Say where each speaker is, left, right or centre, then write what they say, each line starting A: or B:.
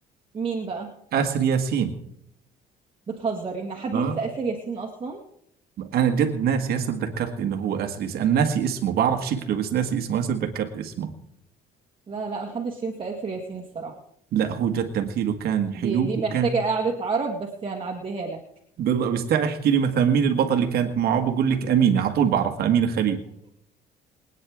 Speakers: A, on the right; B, on the right.
A: مين بقى
B: آسر ياسين
A: بتهزر ان حد
B: اه
A: ينسى آسر ياسين اصلا
B: انا جد ناسي هسه تذكرت انه هو آسر ياسين انا ناسي اسمه بعرف شكله بس ناسي اسمه هسه تذكرت اسمه
A: لا لا محدش ينسى آسر ياسين الصراحه
B: لا هو جد تمثيله كان حلو
A: دي دي
B: وكان
A: محتاجة قعدة عرب بس هنعديها لك
B: بض- بستاع احكي لي مثلا مين البطل اللي كانت معه بقول لك امينه على طول بعرفها امينه خليل